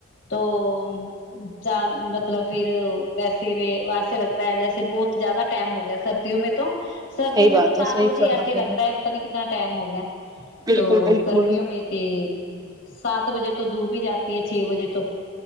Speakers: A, on the left; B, on the right.
A: توان مطلب پھر ویسے بھی ایسے لگتا ہے جیسے بہت زیادہ ائم ہو گیا سردی میں تو سردیوں
B: صحیح
A: میں
B: بات
A: تو سات
B: ہے صحیح
A: بجے
B: فرما
A: ایسے لگتا
B: رہے ہیں
A: ہے پتا نہیں کتنا ٹائم ہو گیا
B: بالکل
A: تو
B: بالکل
A: گرمیوں میں تھ سات بجے تو دھوپ ہی جاتا چھ بجے تو